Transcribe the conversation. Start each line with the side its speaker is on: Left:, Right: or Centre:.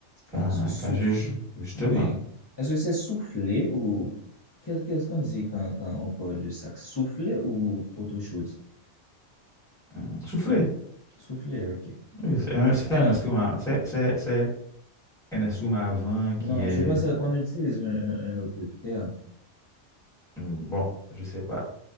Centre: quand,
Left: Quand tu souffles.
Centre: quand je joue, justement.
Left: Oui. Est-ce que c'est souffler ou qu'est- qu'est-ce qu'on dit quand, quand on parle de ça? Souffler ou autre chose?
Centre: Hum, Souffler.
Left: Souffler, ok.
Centre: Oui, C'est un, c'est
Left: Alors,
Centre: un instrument, c'est c'est- c'est un instrument à vent qui
Left: non,
Centre: est,
Left: je pensais qu'on utilise un, un- un autre terme.
Centre: hum, bon, je sais pas,